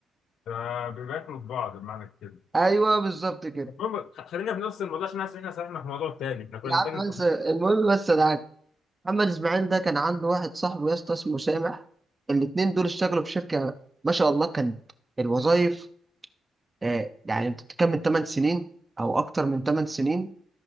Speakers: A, on the left; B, on the right.
A: آه، بياكلوا في بعض بمعنى كده
B: ايوه بالظبط كده
A: المهم خ- خلينا في نفس الموضوع عشان حاسس ان احنا سرحنا في موضوع تاني احنا كنا
B: يا
A: بنتكلم
B: عم
A: في
B: بس المهم بس ده عارف. محمد اسماعيل ده كان عنده واحد صاحبه يا اسطى اسمه سامح الاتنين دول اشتغلوا في شركه ما شاء الله كان الوظائف آه، يعني انت بتكمل 8 سنين او اكتر من 8 سنين